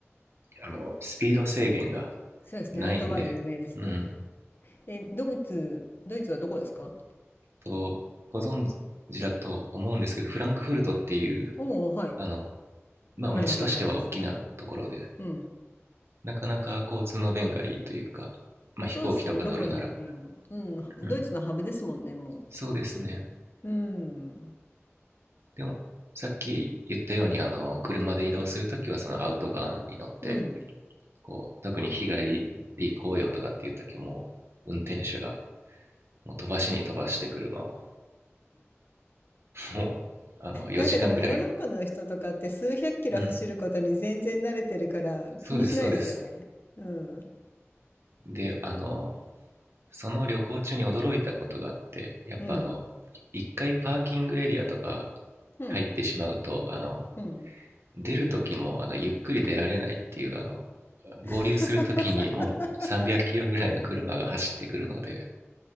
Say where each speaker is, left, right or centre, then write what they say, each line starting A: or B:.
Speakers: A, on the right; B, on the left.
A: あの、スピード制限が
B: そうですね。
A: ないんで、
B: アウトバイン有名ですね。
A: うん。
B: え、ドイツ、ドイツはどこですか
A: と、ご存知だと思うんですけど、フランクフルトっていう、
B: おおー、はい。
A: あの、まあ街としては大きなところで、
B: わかります、わかります。うん。
A: なかなか交通の便がいいというか、まあ飛行機とか乗るなら。
B: そうですね。どこに行くにも。うん。
A: うん。
B: ドイツのハブですもんね、も
A: そうですね。
B: う。うん。
A: でも、さっき言ったように、あの、車で移動するときはそのアウトバーンに乗って、
B: うん。
A: こう、特に日帰りで行こうよとかっていうときも、運転手がもう飛ばしに飛ばして車をもう、あの、4時間ぐらい。
B: なんかでもヨーロッパの人とかって数百キロ走ることに全然慣れてるから気にしないですよね。
A: うん。そうです、そうです。
B: うん。
A: で、あの、その旅行中に驚いたことがあって、やっぱあの、
B: うん。
A: 一回パーキングエリアとか
B: うん。
A: 入ってしまうと、あの、
B: うん。
A: 出る時も、あの、ゆっくり出られないっていう、あの、合流する時にもう300キロぐらいの車が走ってくるので、
B: <laughs>